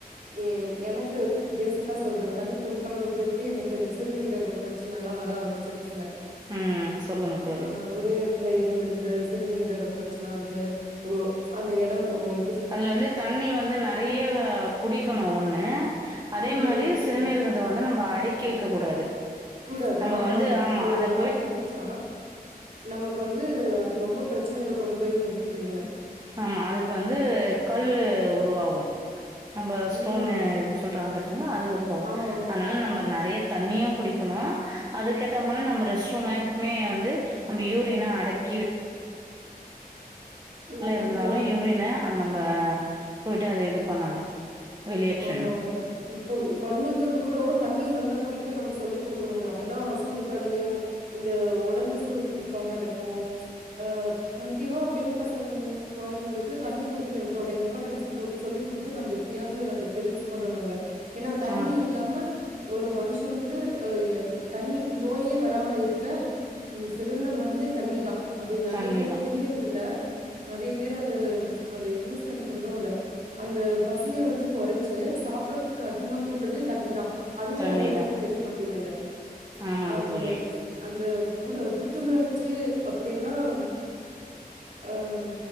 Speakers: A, on the right; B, on the right.
A: ஏ எனக்கு பேசிக்கா சொல்ற தண்ணி குடிக்காம விட்டுவிட்டு எனக் க்கன இந்த சிறுநீரக பிரச்சனல்லா வர ஆரம்மி ச்சரிச்சிங்க
B: ம் சொல்லுங்க தோழி
A: ஆ ஒரே எடத்துல இருந்து இருந்து சிறுநீரகப் பிர ச்சனா வந்து ஓ அந்த எடோ ஓப்
B: அதுல வந்து தண்ணி வந்து நெறைய குடிக்கணு ஒண்ணு அதே
A: ம்
B: மாரி
A: ம்
B: சிறுநீரகத்த
A: ம்
B: வந்து நம்ம அடக்கி வைக்க கூடாது
A: கூடாது
B: நம்ப
A: ஆமாங்க
B: வந்து ஆமா
A: அது
B: அத போயிட்
A: அடக்கி வச்சா நமக்கு வந்து அது ரொம்ப பிரச்சனையில கொண்டு போய் நிறுத்திருதுங்க
B: ஆமா அதுக்கு வந்து கல்லு உருவாவு நம்ம ஸ்டோன்னு
A: ம்
B: எ சொல்றாங்க பாத்தீங்களா அது உருவாவு
A: ஆமாமாங்க
B: அனால நம்ம நெறைய தண்ணியு குடிக்கணு அதுக்கத்த மாரி நம்ம ரெஸ் ப்பவுமே ப்ப்மே வந்து நம்ம யூரியனா அடக்
A: ம் ம்
B: ருந்தாலு
A: ம்
B: யூரின அத நம்ப போயிட்டு அத இது பண்ணணும். வெளியேற்றணும்.
A: ஆமாங்க இப்போ கொழந்தைங்களுக்கு கூடோ தண்ணி நல்லா குடிக்க நம்ப சொல்லி குடுக்கணுங்க ப்பதா சூடு தனியு இந்த ஒடம்பு சூடு புடிக்காம இருக்கு அ முக்கியமா பெண் பசங் கொழந்தைங்களுக் க்கு தண்ணி குடிக்கிறத தொடைன் ஓடு சொல்லி் குடுத்து நம்ம எப்பிடியாது அத பெருசு பண்ணனுங்க ஏன்னா தண்ணி
B: ஆ
A: இல்லாம ஒரு மனுஷனுக்கு தண்ணி நோயே வராம இருக்க சிறந்த மருந்தே தண்ணிதா அது நெறைய
B: தண்ணி
A: பேருக்கு
B: தான்.
A: தெரியிறது இல்ல நெறைய பேரு அது அது யூஸ் பண்ணிக்கிறது இல்ல அந்த பசிய வந்து கொறச்சு சாப்புறதுக்கு அதிகமா தூன்றதே தண்ணிதா அதுவே
B: தண்ணி
A: நெறைய பேருக்கு
B: தான்.
A: தெரிய மாட்டேங்குதுங்க
B: ஆமாங்க
A: அந்த
B: தோழி
A: அந்த புட புத்துணர்ச் ச்சு அப்டிலாம் ஓம்